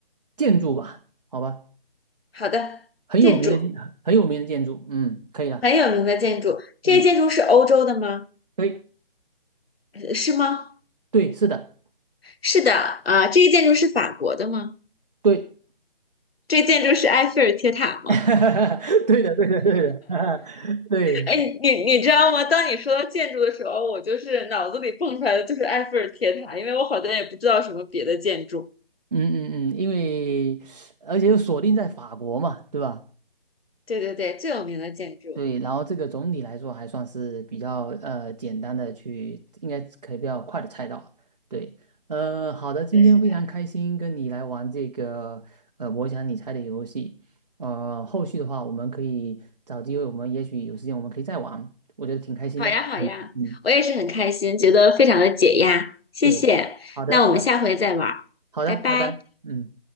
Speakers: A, on the right (about 45°); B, on the left (about 80°).
A: 建筑吧，好吧，
B: 好的，
A: 很有名的建，
B: 建筑
A: 很有名的建筑，嗯，可以了，
B: 很有名的建筑，这些建筑是欧洲的吗？
A: 嗯，对，
B: 呃是吗？
A: 对，是的，
B: 是的，啊，这个建筑是法国的吗？
A: 对，
B: 这建筑是埃菲尔铁塔吗？
A: <laughs> 对的，对的，对的，<laughs> 对
B: 哎，你你知道吗？当你说到建筑的时候，我就是脑子里蹦出来的就是埃菲尔铁塔，因为我好像也不知道什么别的建筑。
A: 嗯嗯嗯，因为而且又锁定在法国嘛，对吧？
B: 对对对，最有名的建筑。
A: 对，然后这个总体来说还算是比较呃简单的去，应该可以比较快的猜到。对，呃，好的，今天非常开心跟你来玩这个呃我想你猜的游戏。
B: 对，是的。
A: 呃，后续的话我们可以找机会，我们也许有时间我们可以再玩，我觉得挺开心的。
B: 好呀，好呀，
A: 嗯嗯，
B: 我也是很开心，觉得非常的解压，谢谢。
A: 对，好的，
B: 那我们下回再玩儿，
A: 拜好的，
B: 拜拜。
A: 拜拜。嗯。